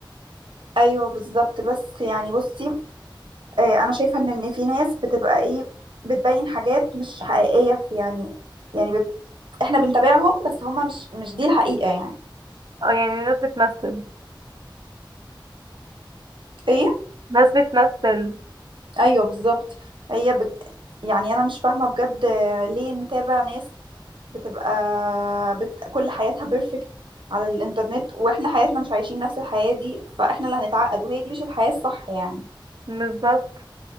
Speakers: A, on the right; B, on the right.
A: أيوة بالظبط بس يعني بصي آه، أنا شايفة إن إن في ناس بتبقى إيه بتبين حاجات مش حقيقية في يعني يعني بت... احنا بنتابعهم بس هما مش مش دي الحقيقة يعني
B: اه يعني ناس بتمثل
A: ايه
B: ناس بتمثل
A: ايوه بالظبط هي بت... يعني انا مش فاهمه بجد ليه نتابع ناس بتبقى بت... كل حياتها بيرفكت على الانترنت واحنا حياتنا مش عايشين نفس الحياه دي فاحنا اللي هنتعقد وهي دي مش الحياه الصح يعني
B: بالظبط